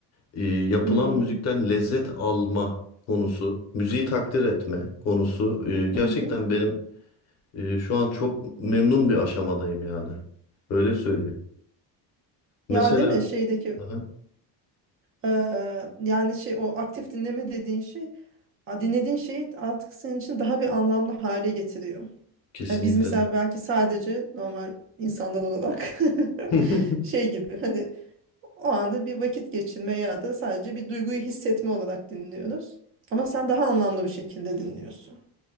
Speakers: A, on the left (about 40°); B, on the right (about 30°).
A: e, yapılan
B: hı,
A: müzikten lezzet alma konusu, müziği takdir etme konusu e, gerçekten
B: hı hı.
A: benim e, şu an çok memnun bir aşamadayım yani. Öyle söyleyeyim. Mesela
B: Ya değil mi şeydeki
A: Aha,
B: Ee, yani şey o aktif dinleme dediğin şey a, dinlediğin şeyi artık senin için daha bir anlamlı hale getiriyor.
A: kesinlikle.
B: Yani biz mesela belki sadece normal insanlar olarak <laughs>
A: <laughs>
B: şey gibi hani o anda bir vakit geçirme ya da sadece bir duyguyu hissetme olarak dinliyoruz. Ama sen daha anlamlı bir şekilde dinliyorsun.